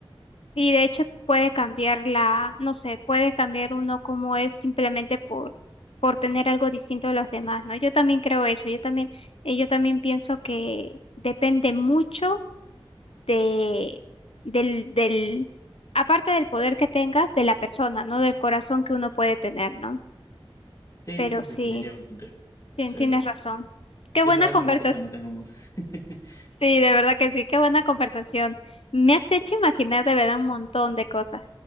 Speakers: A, on the left (about 80°); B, on the left (about 35°).
A: Y de hecho puede cambiar la, no sé, puede cambiar uno como es simplemente por, por tener algo distinto de los demás, ¿no? Yo también creo eso, yo también, eh, yo también pienso que depende mucho de, del, del, aparte del poder que tengas, de la persona, ¿no? Del corazón que uno puede tener, ¿no?
B: Sí,
A: Pero
B: sí,
A: sí,
B: definitivamente.
A: tien-
B: Sí.
A: tienes razón. Qué
B: Ya
A: buena
B: sabemos
A: conversación.
B: que cuando tengamos. <laughs>
A: Sí, de verdad que sí, qué buena conversación. Me has hecho imaginar de verdad un montón de cosas.